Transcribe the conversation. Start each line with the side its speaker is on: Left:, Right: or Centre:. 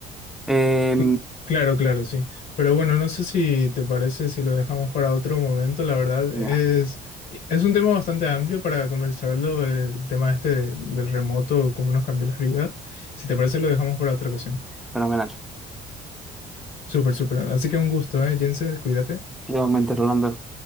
Centre: Eh,
Left: Cl- Claro, claro, sí. Pero bueno, no sé si te parece si lo dejamos para otro momento. La verdad
Centre: ya,
Left: es, e, es un tema bastante amplio para conversarlo, el tema este del, del remoto, cómo nos cambió las vidas. Si te parece, lo dejamos para otra ocasión.
Centre: fenomenal.
Left: Súper, súper. Así que un gusto, ¿eh, Jensen? Cuídate.
Centre: Yo me ¡Rolando!